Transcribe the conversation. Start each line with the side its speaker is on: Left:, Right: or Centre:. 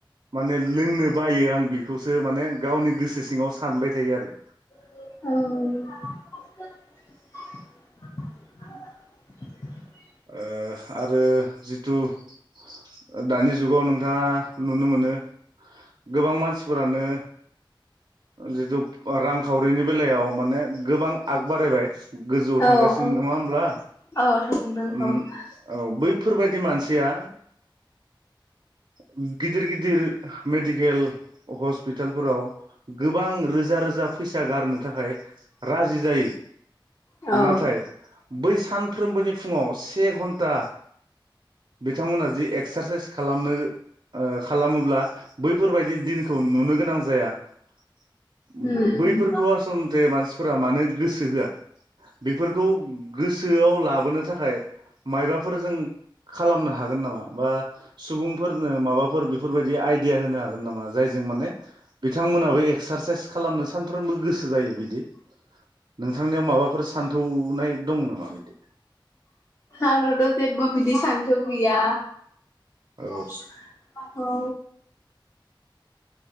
Right: माने लोंनो बायो आं बेखौसो माने गावनि गोसो सिङाव सानबाय थायो आरो
Left: औ
Right: ओ आरो जिथु ओ दानि जुगाव नोंथाङा नुनो मोनो गोबां मानसिफोरानो जिहेथु रांखावरिनि बेलायाव माने गोबां आग बारायबाय गोजौआव
Left: औ
Right: थांगासिनो
Left: औ
Right: नङा होमब्ला?
Left: औ थांदों
Right: ओम
Left: औ
Right: औ बैफोरबाय दि मानसिया ओम गिदिर गिदिर मेडिकेल हस्पिटालफोराव गोबां रोजा रोजा फैसा गारनो थाखाय राजि जायो।
Left: औ
Right: नाथाय बै सानफ्रोमबोनि फुङाव से घन्टा बिथांमोना जि एक्सारसाइस खालामनो, ओ खालामोब्ला बैफोरबायाददि दिनखौ नुनो गोनां जाया। ओम
Left: उम उम
Right: बैफोरखौ आसन थे मानसिफोरा मानो गोसो होआ। बेफोरखौ गोसोआव लाबोनो थाखाय मायबाफोर जों खालामनो हागोन नामा बा सुबुं, फोरनो माबाफोर बेफोरबायदि आइदिया होनो हागोन नामा जायजों माने बिथांमोनाबो एक्सारसाइस खालामनो सानफ्रामबो गोसो जायो बिदि नोंथांनियाव माबाफोर सान्थौनाय दं नामा बिदि?
Left: आंनावथ' जेबबो बिदि सान्थौ गैया।
Right: औ
Left: <inaudible> औ